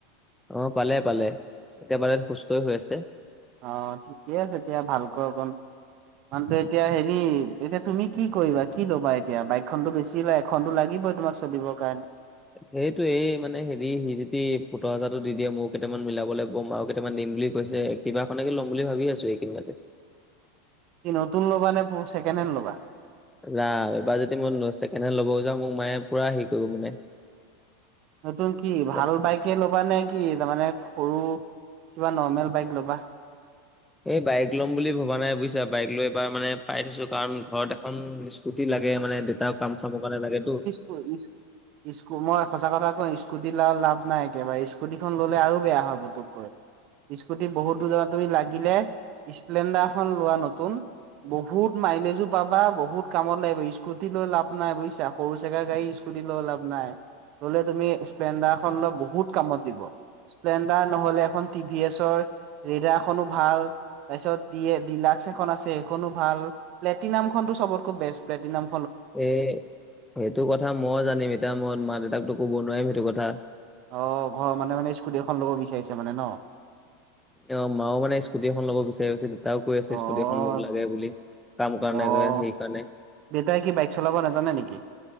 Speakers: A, in the centre; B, on the right (about 45°).
A: অ' পালে পালে, একেবাৰে সুস্থ হৈ আছে।
B: অ' ঠিকে আছে এতিয়া ভালকৈ অকণ। মানুহটোৱে এতিয়া হেৰি, এতিয়া তুমি কি কৰিবা? কি ল'বা এতিয়া? বাইকখনতো বেচিলাই, এখনতো লাগিবই তোমাক চলিব কাৰণে।
A: সেইটোৱে, এই মানে হেৰি সি যদি পুত হাজাৰো দি দিয়ে মোক কেইটামান মিলাবলে, ম মাও কেইটামান দিম বুলি কৈছে, কিবা এখনকে লম বুলি ভাবি আছোঁ এইকেদিনতে।
B: কি নতুন লবা নে প- ছেকেণ্ড হেণ্ড লবা?
A: না এইবাৰ যদি মই ছেকেণ্ড হেণ্ড ল'ব যাওঁ, মোক মায়ে পুৰা হেৰি কৰিব মানে
B: নতুন কি ভাল
A: গম
B: বাইকে ল'বা নে কি, তাৰমানে সৰু, কিবা নৰ্মেল বাইক ল'বা?
A: এই বাইক ল'ম বুলি ভবা নাই, বুইছা। বাইক লৈ এইবাৰ মানে পাই থৈছোঁ, কাৰণ ঘৰত এখন স্কুটি লাগে, মানে দেউতাক কাম-চামৰ কাৰণে লাগেতো।
B: হয় ইছ্ ইস্কু- মই সঁচা কথা কওঁ, স্কুটি ল- লাভ নাই একেবাৰে। স্কুটিখন ল'লে আৰু বেয়া হয় পুটুককৈ। স্কুটি বহুত দূৰ জাগা তুমি লাগিলে স্প্লেণ্ডাৰখন লোৱা নতুন। বহুত মাইলেজো পাবা, বহুত কামত লাগিব, ই স্কুটি লৈ লাভ নাই, বুইছা। সৰু চেগা গাড়ী স্কুটি লৈ লাভ নাই। ললে তুমি স্প্লেণ্ডাৰখন লোৱা, বহুত কামত দিব। স্প্লেণ্ডাৰ নহলে এখন টি ভি এছৰ ৰেডাৰখনো ভাল। তাৰপিছত ডিএ- ডিলাক্স এখন আছে, সেইখনো ভাল। প্লেটিনামখনতো চবতকৈ বেষ্ট, প্লেটিনাম
A: এ সেইটো কথা মই জানিম, এতিয়া মই মা-দেউতাকতো ক'ব নোৱাৰিম সেইটো কথা।
B: অ, ঘৰৰ মানুহে মানে স্কুটি এখন ল'ব বিচাৰিছে মানে ন।
A: অ, মাও মানে স্কুটি এখন ল'ব বিচাৰিছে। দেউতাও কৈ আছে
B: অ',
A: স্কুটিখন মোক লাগে বুলি। কাম কাৰণে
B: অ',
A: <unintelligible> সেইকাৰণে।
B: দেউতাই কি বাইক চলাব নাজানা নেকি?